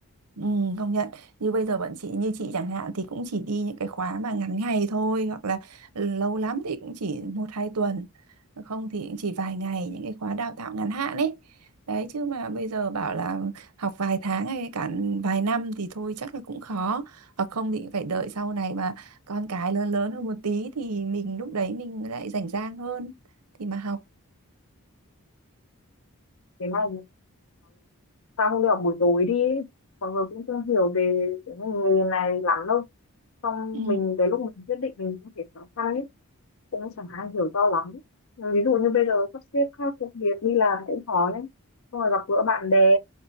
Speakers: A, on the right; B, on the left.
A: Ừ, công nhận như bây giờ bọn chị như chị chẳng hạn thì cũng chỉ đi những cái khóa mà ngắn ngày thôi hoặc là ừ, lâu lắm thì cũng chỉ một hai tuần không thì cũng chỉ vài ngày những cái khóa đào tạo ngắn hạn ấy đấy chứ mà bây giờ bảo là học vài tháng hay cả vài năm thì thôi chắc là cũng khó hoặc không thì phải đợi sau này mà con cái lớn lớn hơn một tí thì mình lúc đấy mình lại rảnh rang hơn thì mà học
B: thế này mà sao không đi học buổi tối đi ấy? mọi người cũng không hiểu về cái nghề này lắm đâu xong
A: ừ,
B: mình tới lúc mình quyết định mình cũng thấy khó khăn ấy cũng chẳng ai hiểu do lắm ví dụ như bây giờ sắp xếp các công việc đi làm cũng khó đấy xong rồi gặp gỡ bạn bè